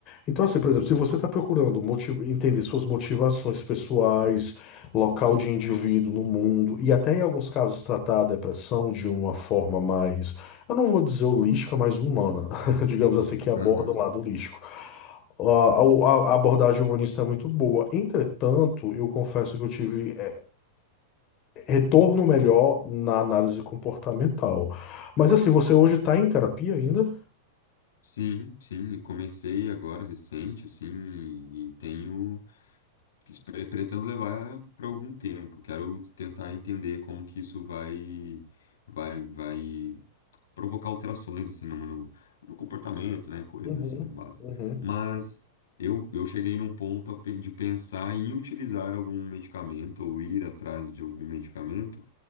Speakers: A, on the left; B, on the left.
A: Então, assim,
B: sim.
A: por exemplo, se você está procurando moti- entender suas motivações pessoais, local de indivíduo no mundo e até em alguns casos tratar a depressão de uma forma mais eu não vou dizer holística, mas humana, <laughs> digamos assim, que aborda
B: Aham.
A: o lado holístico. A, a- a abordagem humanista é muito boa. Entretanto, eu confesso que eu tive eh, retorno melhor na análise comportamental. Mas assim, você hoje está em terapia ainda?
B: Sim, sim, comecei agora recente, assim, e tenho Espero- Pretendo levar para algum tempo. Quero tentar entender como que isso vai, vai, vai provocar alterações assim no, no, no comportamento, né? Coisas
A: Uhum,
B: assim básicas.
A: uhum,
B: Mas eu, eu cheguei num ponto a pe- de pensar em utilizar algum medicamento ou ir atrás de algum medicamento